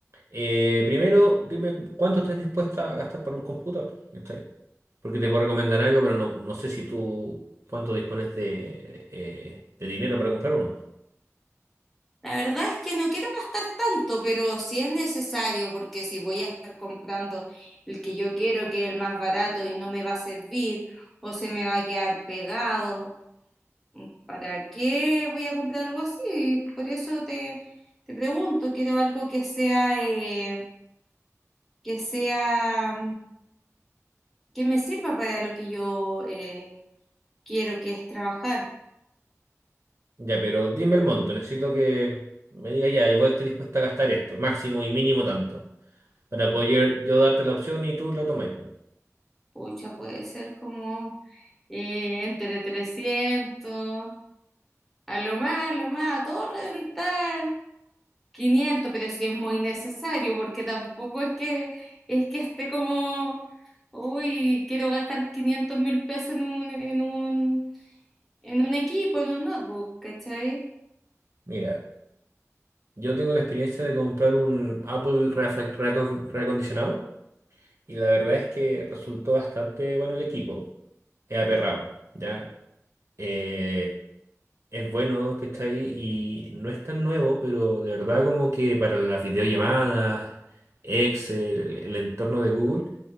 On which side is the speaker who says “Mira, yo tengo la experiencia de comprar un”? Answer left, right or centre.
Right